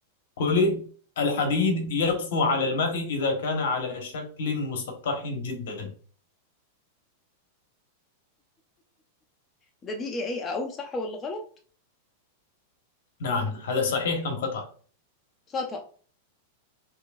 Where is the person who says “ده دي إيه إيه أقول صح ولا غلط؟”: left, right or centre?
Left